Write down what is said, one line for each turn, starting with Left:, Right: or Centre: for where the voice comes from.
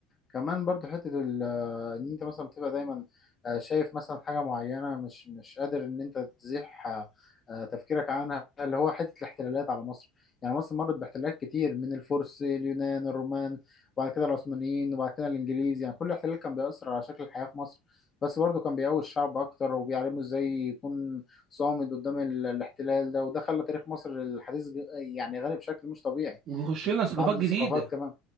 Left: كمان برضو حتة ال- آه، ان انت مثلا بتبقى دايما آه، شايف مثلا حاجة معينة مش مش قادر ان انت تزيح آه، آه، تفكيرك عنها اللي هو حتة الاحتلالات على مصر يعني مصر مرت باحتلالات كتير من الفرس اليونان الرومان وبعد كده العثمانيين وبعد كده الانجليز يعني كل احتلال كان بيأثر على شكل الحياة في مصر بس برضو كان بيقوي الشعب اكتر وبيعلمه ازاي يكون صامد قدام ال- الاحتلال ده وده خلى تاريخ مصر الحديث ج- يعني غني بشكل مش طبيعي
Right: وبيخش
Left: وتعدد
Right: لنا ثقافات جديده
Left: الثقافات كمان